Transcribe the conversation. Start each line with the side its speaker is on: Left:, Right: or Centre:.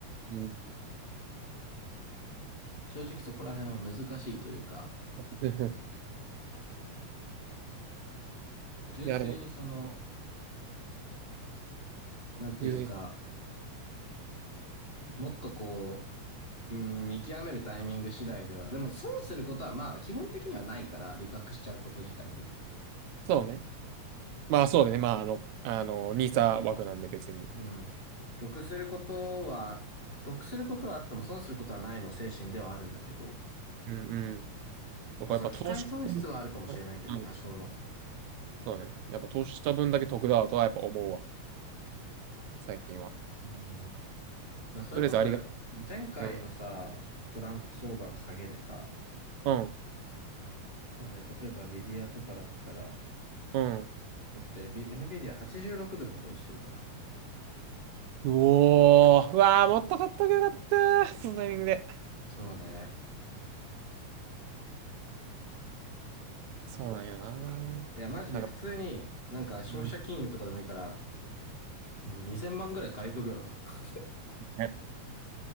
Right: うん
Left: 正直そこら辺は難しいというか、
Right: <laughs>
Left: 純粋にその、
Right: いや、でも、
Left: なんていうか、
Right: 別に、
Left: もっとこう、うん、見極めるタイミング次第では、でも損することはまあ基本的にはないから、利確しちゃうこと自体に。
Right: そうね。まあそうだね。まああの、あの、ニーサ枠なんで別に。
Left: うん。得することは、得することはあっても損することはないの精神ではあるんだけど、
Right: うんうん。とかやっぱ投資、
Left: まあその機会損失はあるかもしれないけど、
Right: うん
Left: 多少の。
Right: そうね。やっぱ投資した分だけ得だとはやっぱ思うわ。最近は。
Left: うん。だからそれこそ、
Right: とりあえずありがと
Left: 前回のさ、
Right: う。うん。
Left: トランプ相場の下げでさ、
Right: うん。
Left: そうね、例えばビディアとかだったら、
Right: うん。
Left: だって、ビ NVIDIA86 ドルまで落ちてるから。
Right: うおー。うわー、もっと買っとけよかった。そのタイミングで。
Left: そうね。
Right: そうなんやな。
Left: いや、マジで普通に、
Right: なんか、
Left: なんか消費者金融とかでもいいから、
Right: うん
Left: もう2000万ぐらい借りとけばよかった。
Right: ね